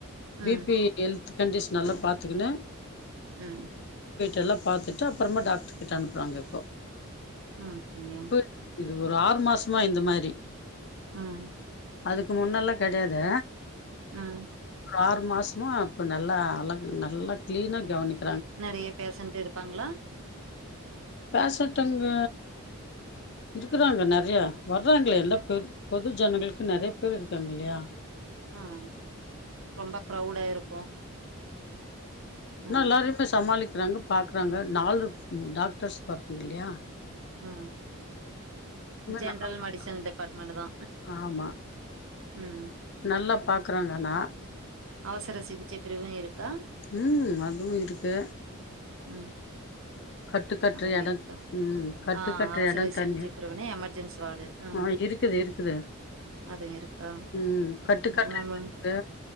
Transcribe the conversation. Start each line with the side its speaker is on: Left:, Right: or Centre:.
Right: ம்
Left: பிபி ஹெல்த் கண்டிஷன்ல பாத்துக்குன்னு
Right: உம்
Left: எல்லா பாத்துட்டு அப்புறமா டாக்டர் கிட்ட அனுப்புறாங்க இப்போ
Right: உம் <unintelligible>
Left: இப்ப இது ஒரு ஆறு மாசமா இந்த மாரி
Right: உம்
Left: அதுக்கு முன்னெல்லா கெடயாது
Right: உம்
Left: ஆறு மாசமா இப்ப நல்லா அழகு நல்லா கிளீனா கவனிக்க
Right: நெறையா பேஷன்ட் இருப்பாங்களா
Left: பேஷன்ட்ங்க இருக்குறாங்க நெறயா வர்றாங்களே எல்லா
Right: அ.
Left: பெரு பெது ஜனங்களுக்கு நெறைய பேர் இருக்காங்க இல்லயா
Right: உம் ரொம்ப கிரவுடா இருக்கு
Left: என்னா
Right: ம்
Left: எல்லாரையுமே சமாளிக்க இருக்கறாங்க பாக்குறாங்க நாலு டாக்டர்ஸ் வர்றங்க இல்லியா
Right: ம் ஜென்ரல்
Left: நல்லா பாப்பாங்க
Right: மெடிசன் டிபார்ட்மெண்ட் தா
Left: ஆமா
Right: உம்
Left: நல்லா பாக்குறாங்கண்ணா
Right: அவசர சிகிச்சை பிரிவு இருக்கா
Left: உம் அதுவு இருக்கு
Right: உம்
Left: கட்டு கட்டுற
Right: அதுங்க
Left: எடோ
Right: இருக்கா
Left: ம் கட்டு
Right: ஆஹ்
Left: கட்டுற
Right: அவசர
Left: எடோ
Right: சிகிச்சை
Left: தண்ணி
Right: பிரிவுனா எமெர்ஜென்சி வார்டு ஆஹ்
Left: ஆ இருக்குது இருக்குது
Right: அது இருக்கா
Left: ம் கட்டு
Right: இப்போ
Left: கட்டுற
Right: நாம
Left: எடம் இருக்கு